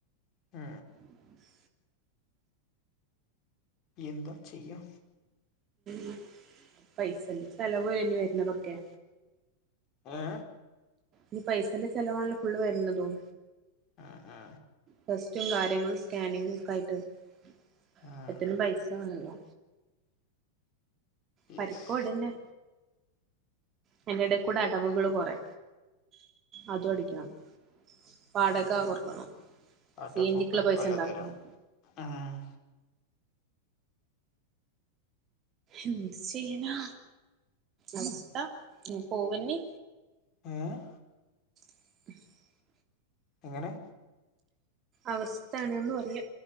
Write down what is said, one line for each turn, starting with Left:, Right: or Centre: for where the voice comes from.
Left: ആ
Right: മ്മ്
Left: എന്താ ചെയ്യാ
Right: ഉ പൈസല്ല ചെലവല്ലേ ഇനി വരുന്നതൊക്കെ
Left: ഏ
Right: ഇനി പൈസന്റെ ചിലവാണല്ലോ ഫുള് വരുന്നതും
Left: ആ ആ
Right: ടെസ്റ്റും കാര്യങ്ങളും സ്കാനിങ്ങും ഒക്കെ ആയിട്ട്
Left: ഉം
Right: പൈസ ആല്ലോ പരിക്കോട്ന്നെ
Left: യെസ്
Right: അയിന്റെടെ കൂടെ അടവുകൾ കൊറെ അതും അടക്കണം വാടക കൊട്ക്കണം
Left: ആട്ടപ്പൂക്കൾ
Right: സീഞ്ചിക്കുള്ള പൈസ
Left: പലതരം
Right: ഉണ്ടാക്കണം
Left: ആഹ്
Right: എന്ത്തു ചെയ്യനാ അവസ്ഥ ഇങ്ങനെ പോവന്നി
Left: ഏഹ്
Right: <inaudible>
Left: എങ്ങനെ
Right: അവസ്ഥണ്ന്ന് പറയാ